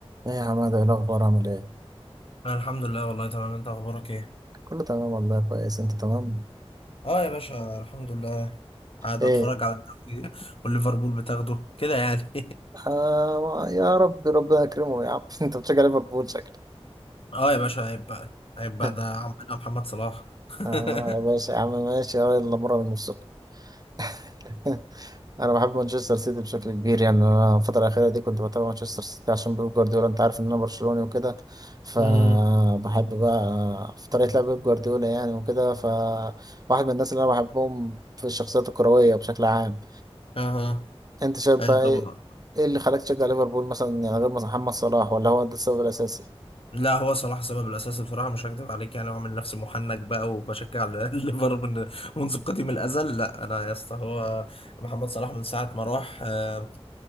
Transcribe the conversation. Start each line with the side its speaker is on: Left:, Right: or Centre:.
Right: ايه يا حماده ايه الاخبار عامل ايه
Left: أنا الحمد لله والله تمام انت اخبارك ايه
Right: كله تمام والله كويس انت تمام
Left: اه يا باشا الحمد لله قاعد
Right: ايه
Left: بتفرج على الدوري والليفربول بتاخده كده يعني
Right: آه يا رب ربنا يكرمه يا عم <laughs> انت بتشجع ليفربول شكلك
Left: <laughs> اه يا باشا عيب بقى عيب بقى
Right: <laughs>
Left: ده عمنا محمد صلاح <laughs>
Right: اه يا باشا يا عم ماشي اه، يلا مره من نفسكم <laughs> انا بحب مانشستر سيتي بشكل كبير يعني انا الفتره الاخيره دي كنت بتابع مانشستر سيتي عشان بيب جوارديولا انت عارف ان انا برشلوني وكده فبحب
Left: امم
Right: بقى في طريقه لعب بيب جوارديولا يعني وكده فواحد من الناس اللي انا بحبهم في الشخصيات الكرويه بشكل عام
Left: اها
Right: انت شايف بقى ايه
Left: طبعا
Right: ايه اللي خلاك تشجع ليفربول مثلا يعني غير محمد صلاح ولا هو ده السبب الاساسي
Left: لا هو صلاح السبب الاساسي بصراحه مش هكدب عليك يعني وعامل نفسي محنك بقى وبشجع ال- <laughs> الليفر من منذ قديم الازل لا انا يا اسطى هو محمد صلاح من ساعه ما راح آه،